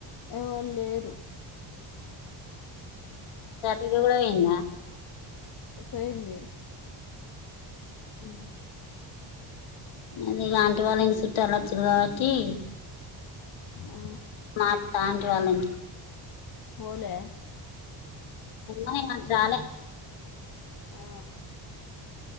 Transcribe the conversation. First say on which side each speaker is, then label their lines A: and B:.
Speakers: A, on the left; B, on the left.
A: ఎవరు లేరు
B: చటిగా కూడా వె్యందా
A: పోయింది
B: ఉ అది ఇక ఆంటి వాళ్ళ ఇంటి చుట్టూలా వచ్చింది కాబట్టి
A: ఆ,
B: మా తాండ్రాలం
A: పోలే
B: అన్న జాలే
A: ఆ